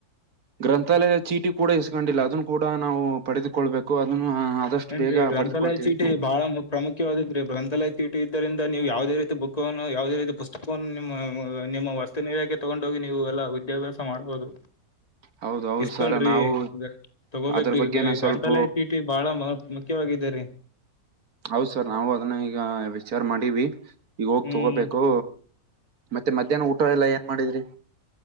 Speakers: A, on the right (about 70°); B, on the left (about 25°).
A: ಗ್ರಂಥಾಲಯ ಚೀಟೀ ಕೂಡಾಈಸ್ಕೊಡಿಲ್ಲ ಅದನ್ನು ಕೂಡ ನಾವು ಪಡೆದುಕೊಳ್ಬೇಕು ಅದನ್ನ್ನ್ ಆದಷ್ಟು
B: ಏನ್ರೀ
A: ಬೇಗ. ಪಡೆದುಕೊಳ್ತೀವಿ
B: ಗ್ರಂಥಾಲಯ ಚೀಟಿ. ಬಹಳ ಪ್ರಮುಖ್ಯವಾದುರಿ ಗ್ರಂಥಾಲಯ ಚೀಟಿ ಇದ್ದರಿಂದ ನೀವು ಯಾವವುದೇ ರೀತಿ ಬುಕ್ನ್ನು ಯಾವದೇ ರೀತಿ ಪುಸ್ತಕ <unintelligible> ನಿಮ್ಮ ವಸ್ತು ಏನಿಕ್ಕೆ ತಗೊಂಡೋಗಿ ನೀವು ಎಲ್ಲ ವಿದ್ಯಾಭ್ಯಾಸ ಮಾಡ್ಬೋದು.
A: ಹೌದ ಹೌದು
B: ಈಸ್ಕೊಳ್ಳಿರಿ
A: ಸರ್ ನಾವು
B: ಈವಾಗ ಹೋಗಬೇಕ್ರಿ
A: ಅದ್ರ ಬಗ್ಗೆನ ಸ್ವಲ್ಪ
B: ಗ್ರಂಥಾಲಯ ಚೀಟಿ. ಬಹಳ ಮುಖ್ಯವಾಗಿದ್ದೀರಿ.
A: ಹೌದ ಸರ್ ನಾವು ಅದನ್ನ ಈಗ ವಿಚಾರ ಮಾಡೀವಿ. ಈಗ ಹೋಗ್
B: ಹ್ಮ್
A: ತಗೋಬೇಕು ಮತ್ತೆ ಮಧ್ಯಾಹ್ನ ಊಟ ಎಲ್ಲಾ ಏನ್ ಮಾಡಿದ್ರೀ.